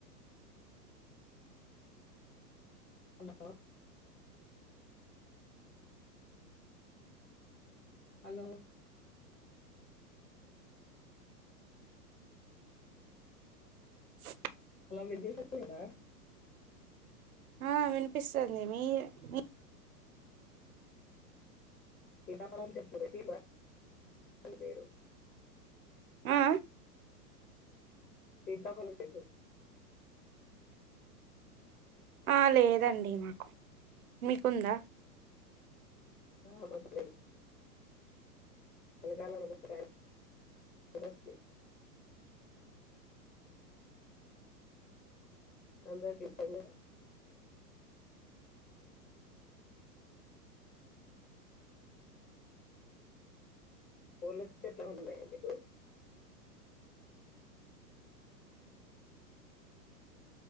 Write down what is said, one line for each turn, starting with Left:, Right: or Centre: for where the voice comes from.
Left: హలో హలో
Right: <inaudible>
Left: హలో <unintelligible>
Right: ఆ వినిపిస్తంది మీర్ మీ
Left: సీతఫలం చెట్లు వెట్టిలా ఇదేరో
Right: అ ఆ
Left: సీత ఫలం చెట్టు
Right: ఆ లేదండి మాకు మీకుందా
Left: ఆ బకటి అలకాల పుస్తక <unintelligible> అందరికిస్తం గూడ పూలస్ చెట్లమైనా ఉన్నాయ మీకు